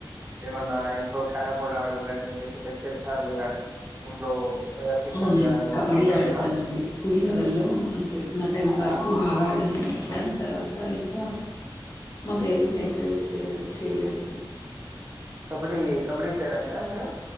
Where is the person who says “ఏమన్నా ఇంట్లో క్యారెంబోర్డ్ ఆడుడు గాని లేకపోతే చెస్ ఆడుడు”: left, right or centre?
Right